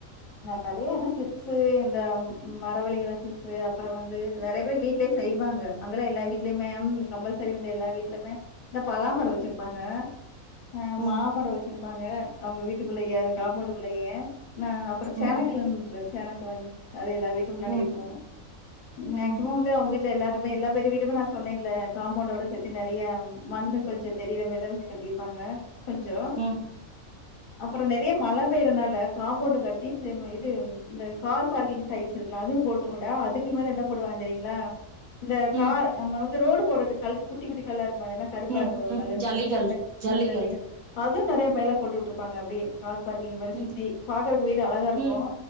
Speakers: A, on the left; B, on the right.
A: நெறைய என்ன சிப்ஸு இந்த மரவள்ளி கெழங்கு சிப்ஸு அப்புறோம் வந்து நெறைய பேரு வீட்லயே செய்வாங்க அங்கல்லாம் எல்லா வீட்லயுமே கம்பல் சரி வந்து எல்லா வீட்லயுமே இந்த பலா மர வச்சுருப்பாங்க ஆ
B: ம்
A: மாமர வச்சுருப்பாங்க அவுங்க வீட்டுக்குள்ளயே காம்மோண்டு குள்ளயே நா அப்ப
B: ம்
A: சேனக்கிழங்கு இருக்குல்ல சேனக்கிழங்கு அது எல்லா வீட்டு முன்னாடியு
B: ம்
A: இருக்கும்
B: ம்
A: மேக்ஸிமம் அவுங்க வீட்ல எல்லாருமே எல்லா பேரும் ட்டு அவுங்க வீட்ல எல்லாமே எல்லா பேரு வீடுமே நா சொன்னேல காமௌண்டோட சேத்தி நெறையா மண்ணு கொஞ்சோம் தெரியிற மாரி தா கட்டிருப்பாங்க கொஞ்சோ
B: உம்
A: அப்றோ நெறைய மழ பெயிறனால காமோண்டு கட்டி சி இது இந்த கார் பார்க்கிங் டைல்ஸ் இருக்குல்ல அதுவும் போட்டு கூட அதுக்கு மேல என்ன போட்டு வாங்க தெரியுங்ளா இந்த
B: ம்
A: கார் நம்ம வந்து ரோடு போடுறக்கு கல் குட்டி குட்டி கல்லா இருக்குமே அது என்னா கருப்பா
B: ம்
A: இருக்க
B: ம்
A: கலர்ருகுமே
B: ஜல்லிகள்
A: சரலக்
B: ஜல்லிகள்
A: ஜல்லிகல் அதுவு நெறய மேல போட்டு உட்ருப்பாங்க அப்டியே கார் பாரிங் மேலே
B: ம்
A: சுத்தி பாத வீடு அழகா இருக்கும்
B: ம்